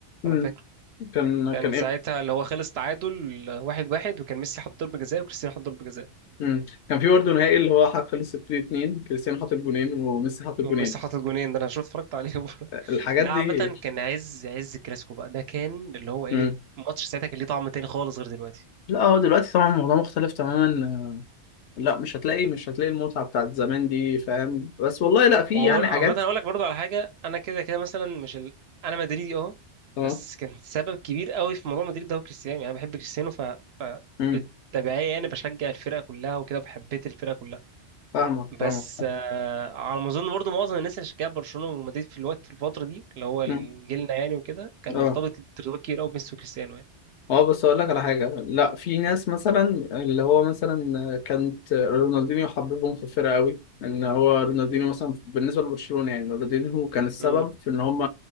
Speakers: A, on the left; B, on the right.
A: امم
B: انا فاكره
A: كان
B: كان
A: كان
B: ساعتها
A: ايه
B: اللي هو خلص تعادل واحد واحد وكان ميسي حط ضربه جزاء وكريستيانو حط ضربه جزاء
A: امم كان في برضه نهائي اللي هو خلص 3 2 كريستيانو حاطط جونين وميسي حاطط
B: وميسي
A: جونين
B: حاطط جونين ده انا شفت اتفرجت عليه <laughs>
A: الحاجات
B: ده
A: دي
B: عامة كان عز عز الكلاسيكو بقى ده كان اللي هو ايه
A: امم
B: ماتش ساعتها كان ليه طعم تاني خالص غير دلوقتي
A: لا هو دلوقتي طبعا الموضوع مختلف تماما لا مش هتلاقي مش هتلاقي المتعة بتاعت زمان دي فاهم بس والله لا في
B: وهو
A: يعني
B: عامة
A: حاجات
B: هقول لك برضو على حاجة انا كده كده مثلا مش ال... انا مدريدي اه
A: اه
B: بس كان سبب كبير قوي في موضوع مدريد ده هو كريستيانو يعني انا بحب كريستيانو ف, ف...
A: امم
B: بالتبعية يعني بشجع الفرقة كلها وكده وبحبيت الفرقة كلها
A: فاهمك فاهمك
B: بس آه على ما اظن برضو معظم الناس اللي شجعت برشلونة ومدريد في الوقت في الفترة دي اللي هو
A: امم
B: جيلنا يعني وكده كان مرتبط
A: اه
B: ارتباط كبير قوي بميسي وكريستيانو
A: اه بس اقول لك على حاجه لا في ناس مثلا اللي هو مثلا كانت رونالدينيو حببهم في الفرقه قوي ان هو رونالدينيو مثلا بالنسبه لبرشلونه يعني رونالدينيو كان السبب
B: يعني
A: في ان هم